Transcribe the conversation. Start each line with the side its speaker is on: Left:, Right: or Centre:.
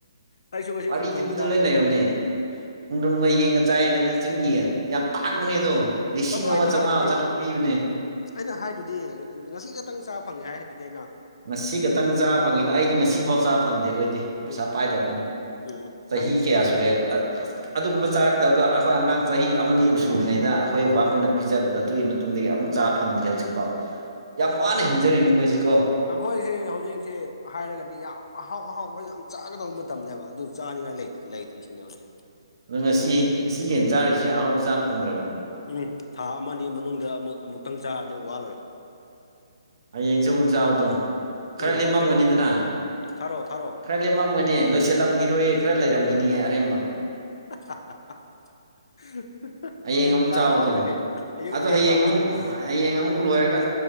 Left: ꯑꯩꯁꯨ ꯉꯁꯤ
Right: ꯋꯥꯔꯤꯗꯨꯗ
Left: ꯈꯣꯡꯗ꯭ꯔꯨꯝ ꯆꯥꯏꯅ
Right: ꯂꯣꯏ ꯂꯩꯔꯕꯅꯦ ꯈꯣꯡꯗ꯭ꯔꯝꯒ ꯌꯦꯡꯒ ꯆꯥꯏꯗ ꯅꯪ ꯆꯤꯡꯒꯤ ꯌꯥꯝ ꯇꯥꯛꯕꯅꯦ ꯑꯗꯣ ꯂꯤꯁꯤꯡ
Left: ꯑꯗꯣ
Right: ꯑꯃ
Left: ꯑꯩꯅ
Right: ꯆꯥꯝꯃꯉꯥ
Left: ꯍꯥꯏꯗꯨꯗꯤ
Right: ꯆꯥꯇ꯭ꯔꯨꯛ ꯄꯤꯕꯅꯦ
Left: ꯑꯩꯅ ꯍꯥꯏꯗꯨꯗꯤ ꯉꯁꯤ ꯈꯛꯇꯪ ꯆꯥꯕ ꯐꯪꯉꯦ ꯍꯥꯏꯗꯨꯗꯤ ꯑꯩꯅ
Right: ꯉꯁꯤ ꯈꯛꯇꯪ ꯆꯥꯕ ꯐꯪꯉꯤꯗ ꯑꯩꯗꯤ ꯉꯁꯤ ꯐꯥꯎ ꯆꯥꯕ ꯐꯪꯗꯦ ꯑꯩꯈꯣꯏꯗꯤ
Left: ꯎꯝ
Right: ꯄꯩꯁꯥ ꯄꯥꯏꯗꯕꯅꯤꯅ
Left: ꯎꯝ
Right: ꯁ
Left: ꯅꯪꯗꯤ
Right: ꯆꯍꯤꯍꯤ ꯀꯌꯥꯁꯨꯨꯔꯦ ꯑꯗꯨꯒꯨꯝꯕ ꯆꯥꯔꯛꯇꯕꯗꯣ ꯑꯩꯈꯣꯏ ꯑꯉꯥꯡ ꯆꯍꯤ ꯑꯃꯅꯤ ꯑꯅꯤꯛ ꯁꯨꯔꯤꯉꯩꯗ ꯑꯩꯈꯣꯏ ꯕꯕꯥ ꯑꯩꯈꯣꯏꯅ ꯄꯤꯖꯕꯗꯣ ꯑꯗꯨꯒꯤ ꯃꯇꯨꯡꯗꯒꯤ ꯑꯃꯨꯛ ꯆꯥ ꯐꯪꯗ꯭ꯔꯤ ꯍꯧꯖꯤꯛꯐꯥꯎ ꯌꯥꯝ ꯋꯥꯅ ꯍꯤꯡꯖꯔꯤꯅꯤꯈꯣꯏꯁꯤ ꯀꯣ
Left: ꯑꯩꯈꯣꯏꯁꯦ ꯍꯧꯖꯤꯛꯁꯤꯦ ꯍꯥꯏꯔꯒꯗꯤ ꯌꯥꯝ ꯑꯍꯥꯎ ꯑꯍꯥꯎꯕ ꯌꯥꯝ ꯆꯥꯒꯗꯧꯕ ꯃꯇꯝꯅꯦꯕ ꯑꯗꯨ ꯆꯥꯅꯤꯡꯉꯥꯏ ꯂꯩ ꯂꯩꯇ꯭ꯔꯤꯁꯤꯅꯦ ꯍꯧꯖꯤꯛ
Right: ꯑꯗꯣ ꯉꯁꯤ ꯉꯁꯤ ꯌꯦꯟ ꯆꯥꯔꯤꯁꯦ ꯑꯍꯥꯎꯕ ꯆꯥ ꯐꯪꯗ꯭ꯔꯕꯣ
Left: ꯎꯝ ꯊꯥ ꯑꯃꯒꯤ ꯃꯅꯨꯡꯗ ꯑꯃꯨꯛ ꯑꯃꯨꯛꯇꯪ ꯆꯥꯔꯗꯤ ꯋꯥꯂꯣꯏꯦ
Right: ꯍꯌꯦꯡꯁꯨ ꯑꯃꯨꯛ ꯆꯥꯎꯕꯗꯣ ꯈꯔ
Left: ꯎꯝ
Right: ꯂꯦꯝꯃꯝꯃꯅꯤꯗꯅ
Left: ꯄꯤꯔꯛꯑꯣ ꯊꯥꯔꯛꯑꯣ ꯊꯥꯔꯛꯑꯣ
Right: ꯈꯔ ꯂꯃꯝ ꯝꯒꯅꯦ ꯂꯣꯏꯁꯤꯜꯂꯝꯈꯤꯔꯣꯏ ꯈꯔ ꯂꯩꯔꯝꯈꯤꯅꯤꯑ ꯑꯔꯦꯝꯕ
Left: <inaudible>
Right: ꯍꯌꯦꯡ ꯑꯃꯨꯛ
Left: ꯆꯥꯔ
Right: ꯆꯥꯎꯕꯗꯣ
Left: ꯂꯥꯛꯑꯣ ꯑꯗꯨꯗꯤ ꯑꯌꯨꯛ
Right: ꯑꯗꯣ
Left: ꯑꯌꯨꯛ
Right: ꯍꯌꯦꯡ
Left: ꯂꯥꯛꯑꯣ
Right: ꯑꯃꯨꯛ ꯍꯌꯦꯡ ꯑꯃꯨꯛ ꯂꯣꯏꯔꯒ